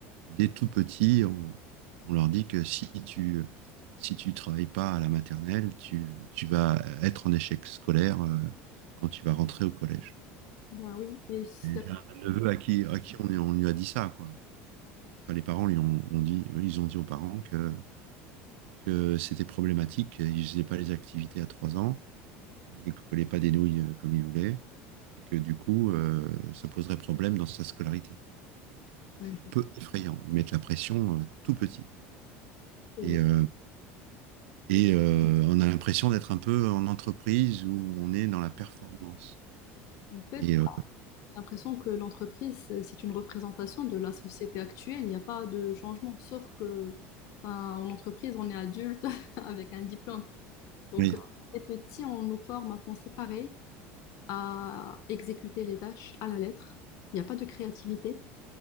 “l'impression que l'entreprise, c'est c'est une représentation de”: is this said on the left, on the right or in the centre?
Left